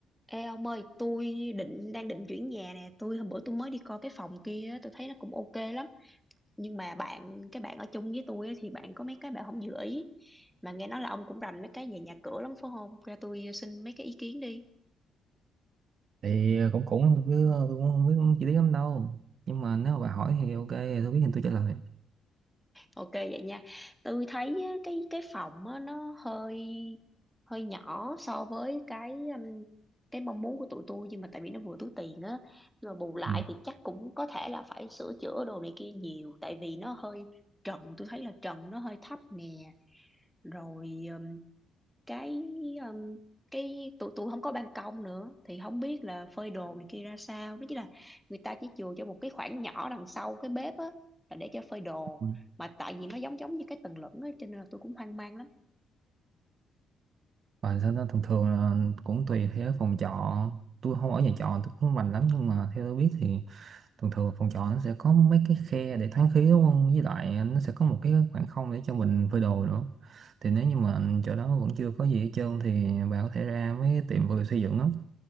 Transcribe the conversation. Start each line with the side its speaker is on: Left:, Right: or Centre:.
Centre: Ê ông ơi, tôi định đang định chuyển nhà nè, tôi hôm bữa tôi mới đi coi cái phòng kia, á, tôi thấy nó cũng ok lắm. Nhưng mà bạn cái bạn ở chung với tôi á, thì bạn có mấy cái bạn không vừa ý. Mà nghe nói là ông cũng rành mấy cái về nhà cửa lắm phải không? Ra tôi xin mấy cái ý kiến đi.
Right: thì cũng cũng chứ tôi cũng không biết chi tiết lắm đâu nhưng mà nếu mà bà hỏi thì ok tôi biết thì tôi trả lời
Centre: Ok vậy nha. Tôi thấy á, cái cái phòng á, nó hơi hơi nhỏ so với cái um, cái mong muốn của tụi tôi nhưng mà tại vì nó vừa túi tiền á nhưng mà bù lại
Right: Ừ.
Centre: thì chắc cũng có thể là phải sửa chữa đồ này kia nhiều tại vì nó hơi trần tôi thấy là trần nó hơi thấp nè rồi um, cái um, cái tụi tụi không có ban công nữa thì không biết là phơi đồ này kia ra sao đó chính là người ta chỉ chừa cho một cái khoảng nhỏ đằng sau cái bếp á là để cho phơi đồ
Right: ừ.
Centre: mà tại vì nó giống giống như cái tầng lửng á cho nên là tôi cũng hoang mang lắm
Right: và sau đó thường thường là cũng tùy theo phòng trọ tôi không ở nhà trọ tôi cũng không rành lắm nhưng mà theo tôi biết thì thường thường phòng trọ nó sẽ có mấy cái khe để thoáng khí đúng không với lại nó sẽ có một cái khoảng không để cho mình phơi đồ nữa thì nếu như mà chỗ đó vẫn chưa có gì hết trơn thì bà có thể ra mấy cái tiệm vừa xây dựng đó